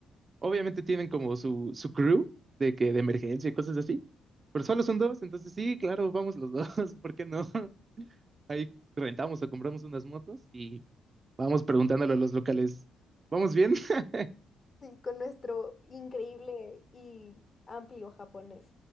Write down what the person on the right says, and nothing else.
obviamente tienen como su, su crew de que de emergencia y cosas así, pero solo son dos, entonces sí, claro, vamos los dos, <laughs> ¿por qué no? <laughs> Ahí rentamos o compramos unas motos y vamos preguntándole a los locales, ¿vamos bien? <laughs>